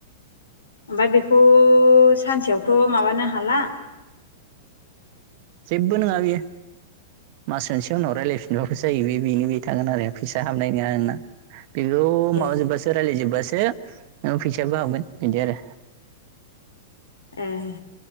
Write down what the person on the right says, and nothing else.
जेबो नङा बेयो मास मोनसे उनाव रायलायफिन बाबो जायो। बे बेनो बे थागोन आरो फैसा हाबनाय नङा नोंना। बेखौ माबाजोब्बासो
रायज्लायजोबबासो नोङो फैसायाबो हाबगोन इदि आरो।